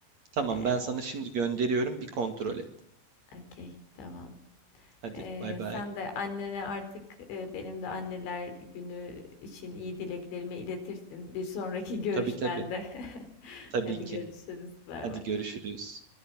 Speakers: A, on the right; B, on the left.
A: tamam
B: E,
A: ben sana şimdi gönderiyorum bir kontrol et.
B: okey tamam.
A: Hadi
B: Ee,
A: bay bay.
B: sen de annene artık e, benim de anneler günü için iyi dileklerimi iletirsin bir sonraki görüşmende.
A: Tabii tabii.
B: <laughs>
A: Tabii
B: Hadi
A: ki.
B: görüşürüz. Bay
A: Hadi
B: bay.
A: görüşürüz.